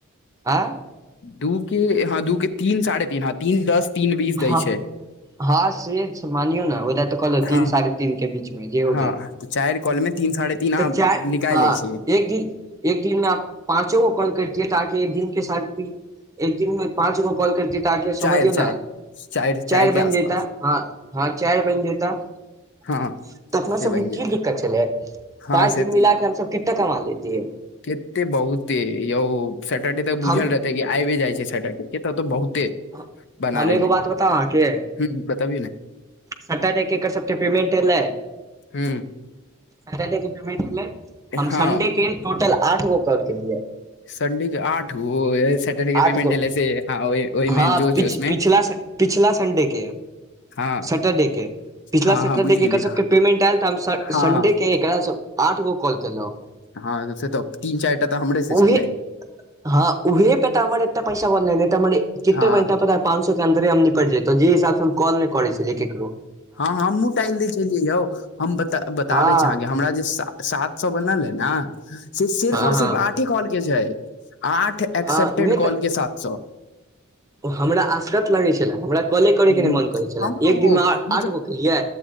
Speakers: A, on the right; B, on the left.
A: आँ
B: दू के हँ दू के तीन साढ़े तीन हँ तीन दस तीन बीस दै
A: हँ
B: छै
A: हँ से मानियौ ने ओले तऽ कहलो
B: हँ
A: तीन साढ़े तीन के बीचं जे
B: हँ तऽ चाइर कॉल मे तीन साढ़े तीन अह
A: चारि
B: निकालि
A: हँ
B: लै छियै
A: एक दिन एक दिनमे आ पाँचो क कल करतियै ताकि एक दिन के साथी एक दीन मे पाँच गो कॉल करतियै तऽ आकेे
B: चारि
A: समझियौ
B: चारि
A: ने
B: चारि चारि
A: चर
B: के
A: बनि
B: आसपास
A: जेता हँ हँ चार बइन जेता तऽ
B: हँ
A: अपना
B: से
A: सबके
B: बनि जेतै
A: की दिक्कत छलै
B: हँ
A: पाँच
B: से
A: दिन मिलाक हमस कतेक कमा लैतिये
B: केतेक बहुत यौ सेटर डे तऽ
A: हम
B: बुझल रहत आइबे जाइ छैै सटर्डे के तऽ तऽ बहुते
A: ह
B: बना
A: हम
B: लेने
A: एगो बात बताउ अहाँके
B: ह बतबियौ ने
A: सटा नैय के एक सबके पेमेंट एयलै
B: हूँ
A: सटर्डे के पेमेंट होलै हम
B: हँ
A: संडे के टोटल आठ गो के लिय
B: संडेके आठ गो सैटरडे के
A: आठ
B: पेमेंट
A: गो
B: एले से हँ ओहिमे
A: हँ
B: जोश
A: पिछल
B: जोश मे
A: पिछला पिछला संडे के
B: हँ
A: सटरडे के पिछला
B: हँ
A: सटरडे
B: हँ बुझियलियै
A: के एकर सबके पेमेंट आयल तऽ हम
B: हँ
A: सनडे के एक सब आठ गो कॉल केलउ
B: हँ से तऽ तीन चारि टा तऽ हमरे से
A: उहे
B: छलै
A: हँ उहे पे त हमर एतना पैसा बै त जितते
B: हँ
A: ब पता पाँच सए अंदरे हम निपटौ जे हिसाब से हम कॉल नहि करै छियै ककरो
B: हँ हमूँ टालि दै छलियै यौ हम हम बताबै
A: हँ
B: छी अहाँके हमरा जे सात सो बनल है ने सेर् सिर्फ
A: हँ
B: और
A: हँ
B: सिर्फ आठे कॉल के छै आठ एकसेप्टेड
A: हँ उहे
B: कॉल
A: तऽ
B: के सात सो
A: हमरा आसकत लगै छले हमरा कॉले करे
B: ह
A: के नहि मन करै छलै
B: हमरो
A: एक दिन मे आठ
B: जब
A: गो केलियै